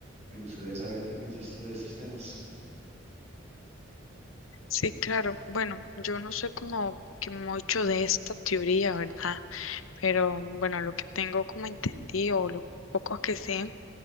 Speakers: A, on the right (about 35°); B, on the left (about 90°).
A: me gustaría saber qué piensas tú de estos temas.
B: Sí, claro. Bueno, yo no sé como que mucho de esta teoría, ¿verdad? Pero bueno, lo que tengo como entendido o lo poco que sé